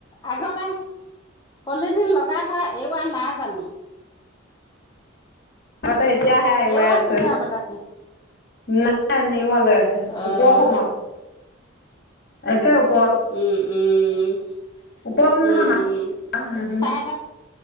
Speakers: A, on the left; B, on the left.
A: আগতে, পলিথিন লগাই থোৱা এৰোৱা নাই জানো?
B: ঘৰত এতিয়া হেইয়া
A: এৰুৱাইছিলে
B: এৰুৱাই আছো।
A: হ'বলা
B: নাই নেওৱালে
A: অ'
B: ওপৰখনত। একে ওপৰত
A: উ'ম, উ'ম।
B: ওপৰত
A: উ'ম
B: নহয়
A: উম উম,
B: সেইখিনি
A: চাই